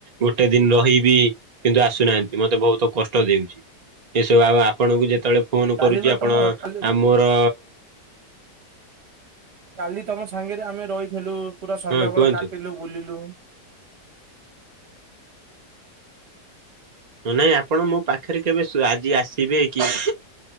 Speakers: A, on the right (about 75°); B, on the right (about 50°).
A: ଗୋଟେ ଦିନ ରହିିବି କିନ୍ତୁ ଆସୁନାହାନ୍ତି ମତେ ବହୁତ କଷ୍ଟ ଦେଉଛି ଏସବୁ ଆଉ ଆପଣଙ୍କୁ ଯେତେବେଳେ ଫୋନ
B: କାଲି
A: କରୁଛି
B: ବା
A: ଆପଣ
B: ତମ କାଲି
A: ଆ ମୋର
B: କାଲି ତମ ସାଙ୍ଗରେ ଆମେ ରହିଥିଲୁ ପୁରା ସନ୍ଧ୍ୟା
A: ହଁ କୁହନ୍ତୁ
B: ବେଳେ କାଟିଲୁ ବୁଲିଲୁ
A: ନାଇଁ ନାଇଁ ଆପଣ ମୋ ପାଖରେ କେବେ ଆଜି ଆସିବେ କି